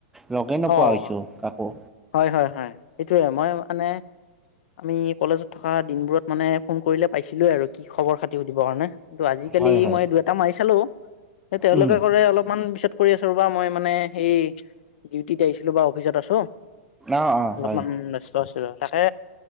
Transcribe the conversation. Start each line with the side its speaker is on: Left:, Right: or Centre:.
Centre: লগে নোপোৱা
Left: অ'
Centre: হৈছো আকৌ।
Left: হয়, হয়, হয় এইটোৱে মই মানে। আমি কলেজত থকা দিনবোৰত মানে ফোন কৰিলে পাইছিলোৱে আৰু কি খবৰ খাতি সুধিব কাৰণে। কিন্তু, আজিকালি
Centre: হয়, হয়,
Left: মই দুই এটা মাৰি চালো স তেওঁলোকে
Centre: উম।
Left: কৰে অলপমান পিছত। কৰি আছো ৰ বা মই মানে এই ডিউটিত আহিছিলো বা অফিচত আছো।
Centre: অ', অ',
Left: অলপমান
Centre: হয়,
Left: ব্যস্ত আছিলো আৰু। তাকে